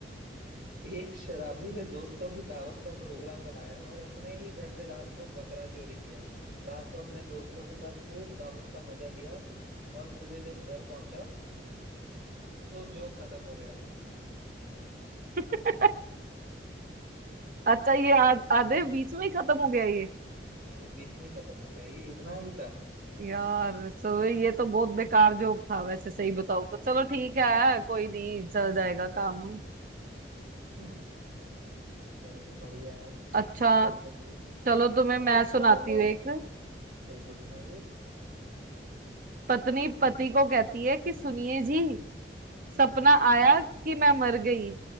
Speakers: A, on the right; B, on the right.
A: एक शराबी ने दोस्तों की दावत का प्रोग्राम बनाया और अपने ही घर से रात को बकरा चोरी किया रात को अपने दोस्तों के साथ खूब दावत का मजा लिया और सुबह जब घर पहुंचा तो जोक खत्म हो गया
B: <laughs> अच्छा ये आ- आधे बीच में ही खत्म हो गया ये
A: हाँ ये बीच में ही खत्म हो गया ये इतना ही था
B: यार सो ये तो बहुत बेकार जोक था वैसे सही बताओ तो चलो ठीक है कोई नहीं चल जाएगा काम
A: हम्म, हम्म, चलो बढ़िया है
B: अच्छा
A: और बताइए
B: चलो तुम्हें
A: चुटकुलों
B: मैं सुनाती
A: में तो
B: हूँ एक
A: बिल्कुल सुनाइए
B: पत्नी पति को कहती है कि सुनिए जी सपना आया कि मैं मर गई